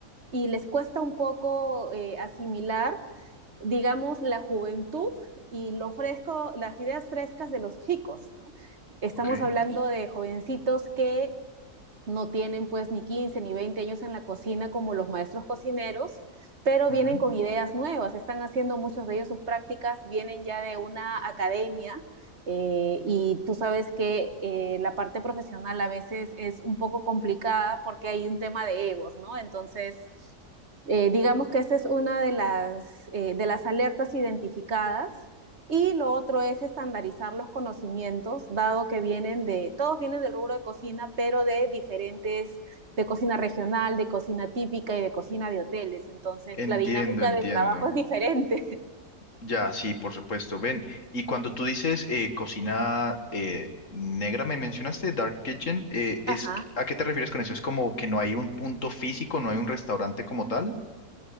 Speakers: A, on the right; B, on the left.
A: y les cuesta un poco eh, asimilar, digamos, la juventud y lo fresco, las ideas frescas de los chicos. ¿no? Estamos
B: ok.
A: hablando de jovencitos que no tienen pues ni 15 ni 20 años en la cocina como los maestros cocineros, pero
B: ujú.
A: vienen con ideas nuevas, están haciendo muchos de ellos sus prácticas, vienen ya de una academia eh, y tú sabes que eh, la parte profesional a veces es un poco complicada porque hay un tema de egos, ¿no? Entonces, eh, digamos que esa es una de las, eh, de las alertas identificadas y lo otro es estandarizar los conocimientos, dado que vienen de, todos vienen del rubro de cocina, pero de diferentes, de cocina regional, de cocina típica y de cocina de hoteles. Entonces,
B: Entiendo,
A: la dinámica
B: entiendo.
A: del trabajo es diferente.
B: Ya, sí, por supuesto. Ven, y cuando tú dices eh, cocina eh, negra, me mencionaste Dark Kitchen, eh, es,
A: Ajá.
B: ¿a qué te refieres con eso? ¿Es como que no hay un punto físico, no hay un restaurante como tal?